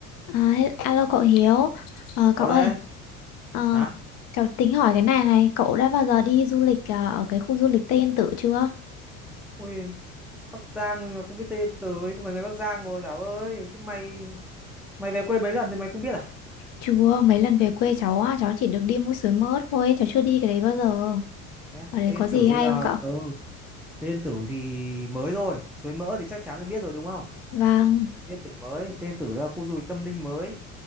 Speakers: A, on the left; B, in the centre.
A: À, he- alo cậu Hiếu, Ờ,
B: cậu
A: cậu ơi,
B: đây
A: ờ,
B: hả
A: cháu tính hỏi cái này này, cậu đã bao giờ đi du lịch à, ở cái khu du lịch Tây Yên Tử chưa?
B: Ui, Bắc Giang mà không biết tên từ thì không phải người Bắc Giang rồi Thảo ơi. Thế mày mày về quê mấy lần thì mày không biết à?
A: Chưa, mấy lần về quê cháu á, cháu chỉ được đi mũi Suối Mớt thôi, cháu chưa đi cái đấy bao giờ.
B: Thế á,
A: Ở đấy
B: Tên
A: có
B: Yên
A: gì
B: Tử bây
A: hay
B: giờ
A: không cậu?
B: ừ Tên Yên Tử thì mới rồi Suối Mỡ thì chắc chắn là biết rồi đúng không
A: Vâng,
B: Tên Yên Tử mới Tên Yên Tử là khu du lịch tâm linh mới